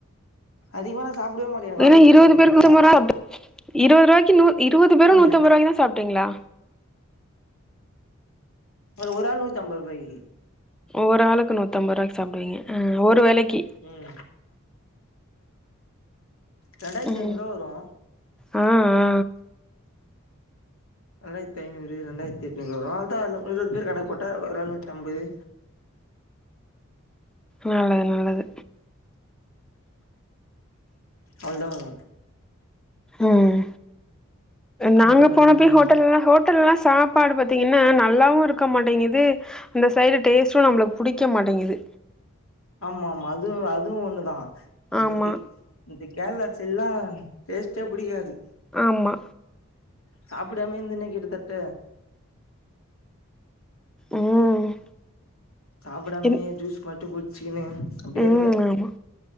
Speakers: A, on the left (about 80°); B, in the centre.
A: அதிகமா நா சாப்புடவே மாட்டே வாமிட்
B: ஏன்னா இருவது
A: வருமேன்ட்டு
B: பேருக்கு நூத்தம்பது ரூபா இருவது ரூவாய்க்கு இருவது பேரு
A: ம்
B: நூத்தம்பது ரூவாய்க்கு தா சாப்ட்டீங்களா
A: ஒரு ஆள் நூத்தி ஐம்பது ரூவாகி
B: ஒரு ஆளுக்கு நூத்தம்பது ரூவாய்க்கி சாப்டுவீங்க ஒரு வேலைக்கு
A: ம் ரெண்டாயிரத்தி
B: ம்
A: ஐநூறுவா வரு
B: ஆ ஆ
A: ரெண்டாயிரத்தி ஐநூறு ரெண்டாயிரத்தி எட்நூறு வரு அவ்ளதா இருவது பேர் கணக்கு போட்டா ஒரு ஆளு நூத்தி அம்பது
B: நல்லது நல்லது
A: அவ்ள் தா வரு
B: ம் நாங்க
A: ம்
B: போனப்பயே ஹோட்டல்லா ஹோட்டல் எல்லா சாப் சாப்பாடு பாத்தீங்கன்னா நல்லாவு இருக்க மாட்டேங்குது அந்த சைடு டேஸ்ட்டு நம்ளுக்கு புடிக்க மாட்டேங்குது
A: ஆமாமா அது அதுவு ஒண்ணுதா எனக்கி
B: ஆமா
A: இந்த கேரளா சைட்ல்லா டேஸ்ட்டே புடிக்காது
B: ஆமா
A: சாப்டாமே இருந்தனே கிட்ட தட்ட
B: ம்
A: சாப்டாமயே
B: என்
A: ஜூஸ் மட்டு குடிச்சிக்கினு அப்டியே
B: ம்
A: இருந்த
B: ஆமா